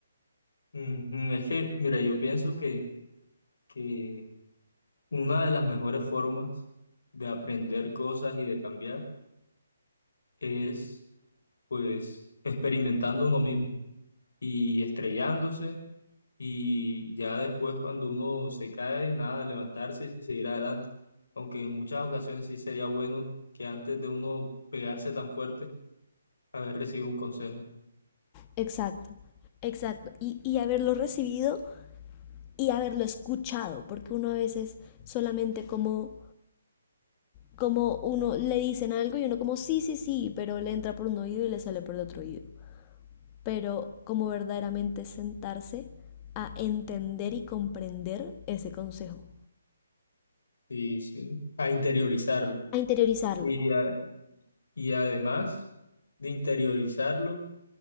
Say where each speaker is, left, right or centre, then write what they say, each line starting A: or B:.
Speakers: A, on the left; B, on the left.
A: Ujú, Es que, mira, yo pienso que, que Una de las mejores formas de aprender cosas y de cambiar es, pues, experimentando uno mismo y estrellándose y ya después cuando uno se cae, nada, levantarse y seguir adelante. Aunque en muchas ocasiones sí sería bueno que antes de uno pegarse tan fuerte, haber recibido un consejo.
B: Exacto, exacto. Y, y haberlo recibido y haberlo escuchado, porque uno a veces solamente como, como uno le dicen algo y uno como sí, sí, sí, pero le entra por un oído y le sale por el otro oído. Pero como verdaderamente sentarse a entender y comprender ese consejo,
A: Sí, sí, a interiorizarlo.
B: a interiorizarlo.
A: Y, a- y además de interiorizarlo,